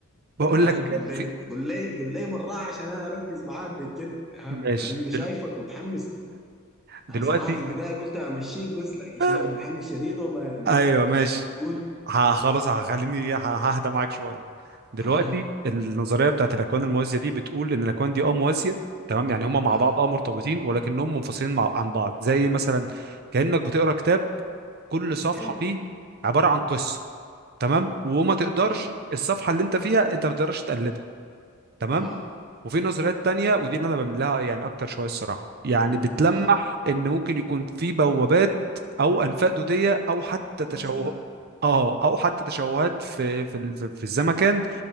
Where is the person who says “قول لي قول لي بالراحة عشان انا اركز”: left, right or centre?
Centre